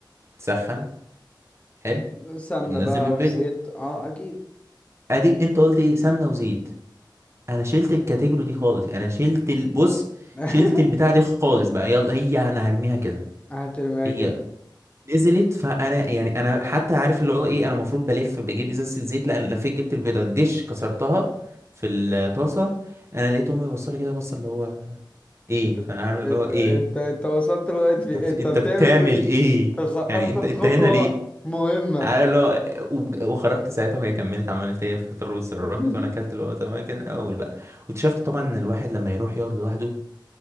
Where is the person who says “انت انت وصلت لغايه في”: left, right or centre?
Left